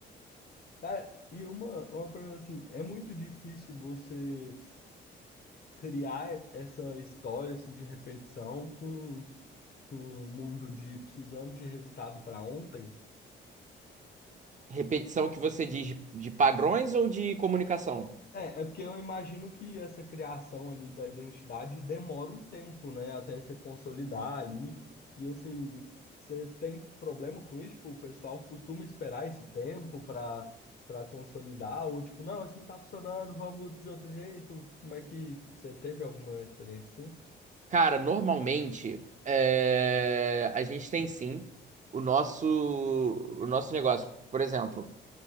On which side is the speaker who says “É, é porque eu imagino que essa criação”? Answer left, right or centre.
Left